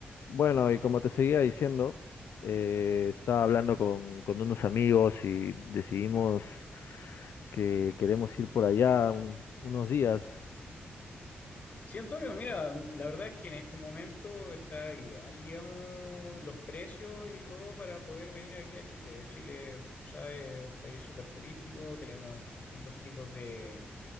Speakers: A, on the left; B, on the left.
A: Bueno, y como te seguía diciendo, eh, estaba hablando con, con unos amigos y decidimos que queremos ir por allá un- unos días.
B: Sí, Antonio, mira, la verdad es que en este momento está ideal, digamos, los precios y todo para poder venir aquí a Chile. Chile, tú sabes, es un país súper turístico, tenemos distintos tipos de,